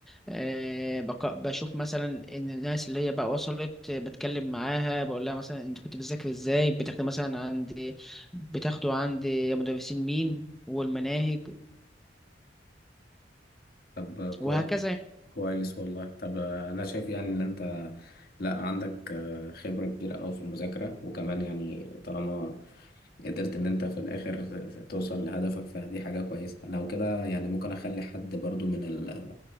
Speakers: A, in the centre; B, on the left.
A: آه، بق- بشوف مثلا إن الناس اللي هي بقى وصلت آه، بتكلم معاها بقول لها مثلا أنت كنت بتذاكر إزاي بتاخد مثلا عندي بتاخده عندي مدرسين مين والمناهج
B: طب آه، كويس
A: وهكذا يعني
B: كويس والله طب آه، انا شايف يعني ان انت لا عندك آه، خبرة كبيرة قوي في المذاكرة وكمان يعني طالما قدرت ان انت في الاخر توصل لهدفك فدي حاجة كويسة انا وكده يعني ممكن اخلي حد برضو من ال